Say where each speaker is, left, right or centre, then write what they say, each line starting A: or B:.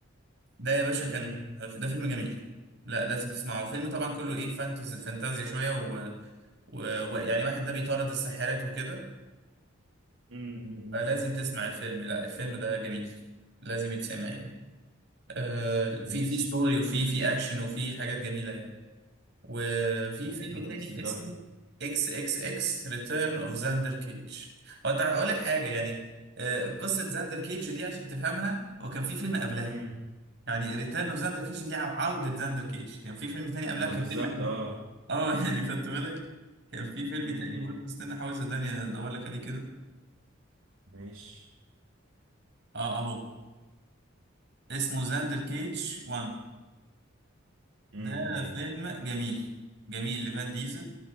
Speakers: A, on the right; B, on the right.
A: ده يا باشا كان
B: امم
A: ده فيلم جميل لا لازم تسمعه فيلم طبعا كله ايه فانتز فانتازيا شويه ويعني و... و... ويعني واحد ده بيطارد الساحرات وكده
B: امم امم
A: آه، لازم تسمع الفيلم لا الفيلم ده جميل لازم يتسمع يعني آه في
B: ماشي
A: في ستوري وفي في اكشن وفي حاجات جميله يعني وفي
B: طيب
A: فيلم
B: خلاص
A: تاني
B: نجرب
A: اسمه اكس اكس اكس ريتيرن اوف زاندر كيج هو أنت- اقول لك حاجه يعني آه، قصه زاندر كيج دي عشان تفهمها هو كان في فيلم قبلها
B: امم
A: يعني ريتيرن اوف زاندر كيج دي عو- عوده زاندر كيج كان في فيلم تاني قبلها
B: ما
A: كان
B: بالظبط
A: فيلم حلو
B: اه
A: اه <laughs> يعني خدت بالك كان في فيلم
B: امم
A: تاني برضه استنى احاول صدقني ادور لك عليه كده
B: ماشي
A: اه اهو اسمه زاندر كيج 1 ده
B: امم
A: فيلم جميل جميل لفان ديزل